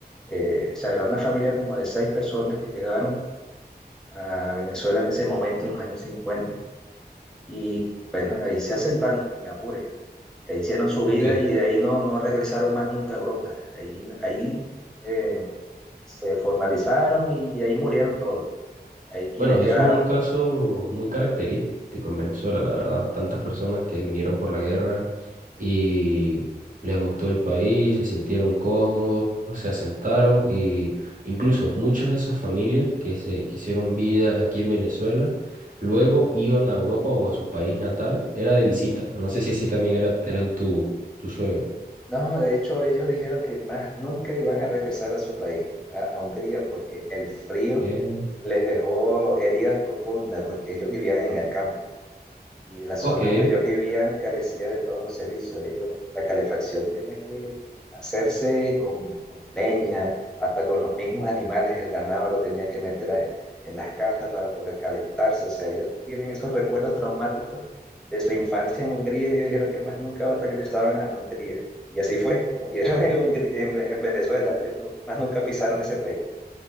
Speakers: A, in the centre; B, on the right (about 50°).
A: eh, o sea, era una familia como de seis personas que llegaron a Venezuela en ese momento, en los años 50 y bueno, ahí se asentaron en Apure, e hicieron su
B: Ok.
A: vida y de ahí no, no regresaron más nunca a Europa, ahí, ahí eh, se formalizaron y ahí murieron todos, ahí quienes
B: Bueno,
A: quedaron
B: eso es un caso muy característico en Venezuela, la verdad. Tantas personas que vinieron por la guerra. y les gustó el país, se sintieron cómodos, se asentaron y incluso muchas de esas familias que se que hicieron vida aquí en Venezuela, luego iban a Europa o a su país natal, era de visita. No sé si así también era, eran tu, tu suegro.
A: No, de hecho ellos dijeron que más nunca iban a regresar a su país, a, a Hungría, porque el frío
B: Eh,
A: les dejó heridas profundas, porque ellos vivían en el campo. Y la zona
B: ok.
A: donde ellos vivían carecía de todos los servicios. Ellos, la calefacción tenía que hacerse con, con leña, hasta con los mismos animales, el ganado lo tenía que meter a- en las casas para poder calentarse. O sea, ellos tienen esos recuerdos traumáticos de su infancia en Hungría y ellos dijeron que más nunca regresaban a, a Hungría. Y así fue, murieron en, Hungría- en, en Venezuela, ellos no- más nunca pisaron ese país.